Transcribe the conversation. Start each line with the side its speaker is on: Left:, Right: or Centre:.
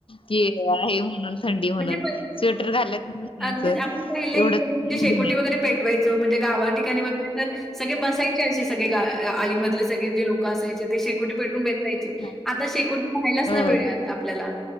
Left: कि हे म्हणून थंडी म्हणून.
Centre: म्हणजे पहि
Left: स्वेटर घाल की
Centre: अगदीच आपण पहिले
Left: <unintelligible>
Centre: एवढे म्हणजे
Left: एवढी
Centre: शेकोटी
Left: नाही.
Centre: वगैरे पेटवायचो म्हणजे गावा ठिकाणी वगेरे तर सगळे बसायचे असे सगळे ग आळीमधले सगळे जे लोक असायचे ते शेकोटी पेटून बचासायचे
Left: हो, ना.
Centre: आता शेकटी पाहायलाच
Left: हो.
Centre: नाई मिळयात. आपल्याला